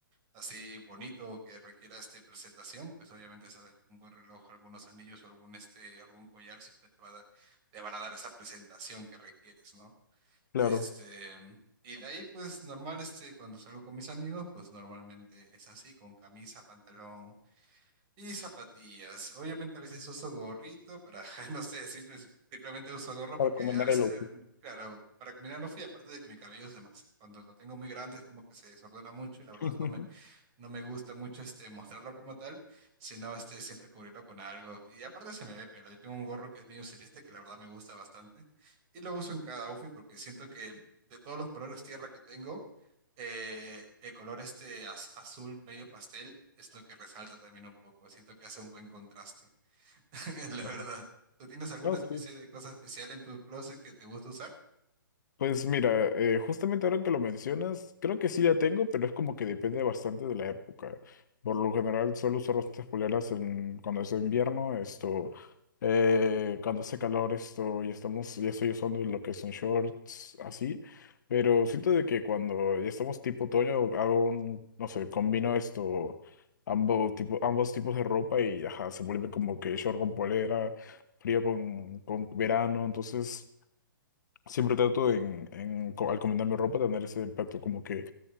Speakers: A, on the right (about 30°); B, on the left (about 55°).
A: así bonito que requiera este, presentación, pues obviamente sabes que un buen reloj, algunos anillos o algún, este, algún collar siempre te va a dar, te van a dar esa presentación que requieres, ¿no?
B: Claro,
A: Este, y de ahí, pues normal, este, cuando salgo con mis amigos, pues normalmente es así, con camisa, pantalón y zapatillas. Obviamente a veces uso gorrito para, <laughs> no sé, simple- simplemente uso gorro porque
B: para comer
A: a veces,
B: el opio.
A: em, claro, para combinar no fui, aparte de que mi cabello es demasiado, cuando lo tengo muy grande es como que se desordena mucho y la verdad
B: <laughs>
A: no me, no me gusta mucho este mostrarlo como tal, sino este siempre cubrirlo con algo. Y aparte se me ve piola. Yo tengo un gorro que es medio celeste que la verdad me gusta bastante y lo uso en cada outfit porque siento que de todos los colores tierra que tengo, eh, el color este az- azul medio pastel es lo que resalta también un poco. Siento que hace un buen contraste, <laughs> la
B: Claro.
A: verdad. ¿Tú tienes alguna
B: No, sí.
A: especie de cosa especial en tu closet que te gusta usar?
B: Pues mira, eh, justamente ahora que lo mencionas, creo que sí la tengo, pero es como que depende bastante de la época. Por lo general suelo usar bastantes poleras en, cuando es invierno, esto, eh, cuando hace calor, esto, ya estamos, ya estoy usando lo que son shorts, así. Pero siento de que cuando ya estamos tipo otoño, hago un, no sé, combino esto, ambos, tipo, ambos tipos de ropa y ajá, se vuelve como que short con polera, frío con, con verano, entonces... Siempre trato en, en co- al combinarme ropa tener ese impacto, como que,